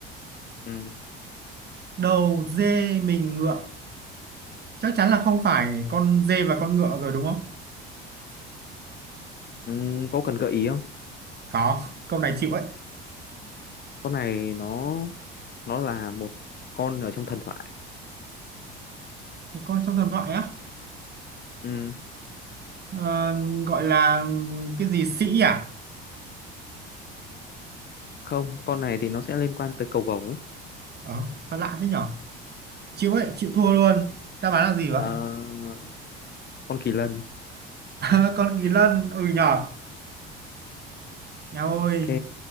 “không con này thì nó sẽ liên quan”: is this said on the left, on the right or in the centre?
Left